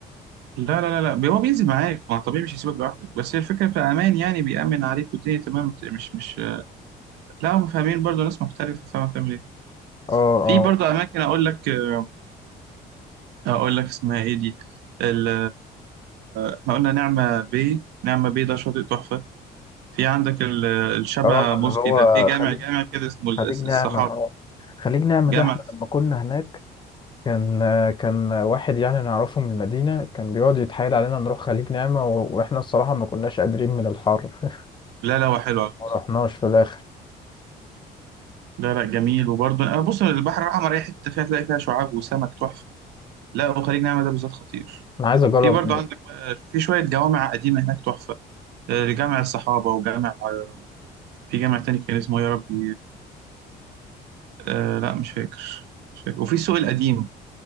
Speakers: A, on the right; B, on the left.
A: لا لا لا, لا. هو بينزل معاك ما طبيعي مش هيسيبك لوحدك بس هي الفكرة في امان يعني بيأمن عليك والدنيا تمام مش مش لا هم فاهمين برضه ناس محترفة فاهمة بتعمل ايه
B: اه
A: في
B: اه
A: برضه اماكن اقول لك آه، اقول لك اسمها ايه دي ال- احنا قلنا نعمة بيه نعمة بيه ده شاطئ تحفة في عندك ال- الشبع
B: اه
A: موسكي
B: اللي هو
A: ده في جامع
B: خليج
A: جامع كده اسمه الس-
B: خليج نعمة
A: السحابة
B: اه خليج نعمة
A: جامع
B: ده احنا
A: السحابة.
B: لما كنا هناك كان كان واحد يعني نعرفه من المدينة كان بيقعد يتحايل علينا نروح خليج نعمة و- واحنا الصراحة ما كناش قادرين من الحر
A: لا لا هو حلو على فكرة
B: ما رحناش في الآخر
A: لا لا جميل وبرضه أنا بص البحر الأحمر أي حتة فيها تلاقي فيها شعاب وسمك تحفة لا وخليج نعمة ده بالذات خطير
B: أنا عايز أجرب
A: في برضه عندك بقى- في شوية جوامع قديمة هناك تحفة آه، جامع الصحابة وجامع آه، في جامع تاني كان اسمه إيه يا ربي آه، لا مش فاكر مش فاكر وفي السوق القديم